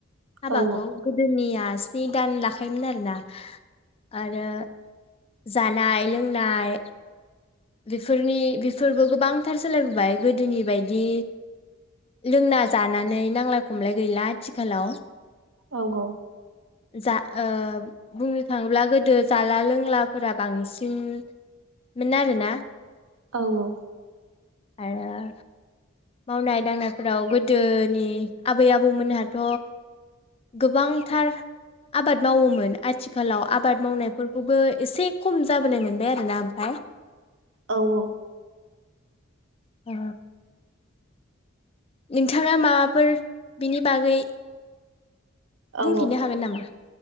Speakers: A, on the left; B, on the right.
A: हाबाखौ
B: औ
A: गोदोनिया स्नि दान लाखायोमोन आरोना आरो जानाय लोंनाय बेफोरनि बेफोरबो गोबांथार सोलायबोबाय गोदोनि बायदि लोंना जानानै नांलाय खमलाय गैला आथिखालाव।
B: औ गौ।
A: जा ओ बुंनो थाङोब्ला गोदो जाला लोंलाफोरा बांसिनमोन आरोना। <inaudible>
B: औ औ
A: आरो मावनाय दांनायफोराव गोदोनि आबै आबौमोनहाथ' गोबांथार आबाद मावोमोन आथिखालाव आबाद मावनायफोरखौबो एसे खम जाबोनाय मोनबाय आरोना ओमफाय।
B: औ औ
A: ओ नोंथाङा माबाफोर बिनि बागै
B: औ
A: बुंफिननो हागोन नामा?